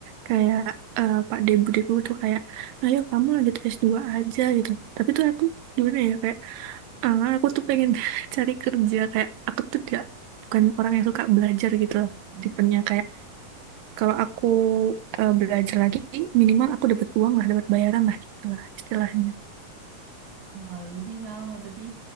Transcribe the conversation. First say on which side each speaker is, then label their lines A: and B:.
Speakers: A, on the right; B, on the right.
A: kayak eh, Pak D budiku tuh kayak ayo kamu lanjut s dua aja gitu tapi tuh aku gimana ya kayak ah, aku tuh pengen <laughs> cari kerja kayak aku tuh tidak bukan orang yang suka belajar gitu loh
B: Hmm,
A: tipenya kayak kalau aku eh, belajar lagi minimal aku dapat uang lah dapat bayaran lah gitu lah istilahnya
B: Kalau lebih mau tapi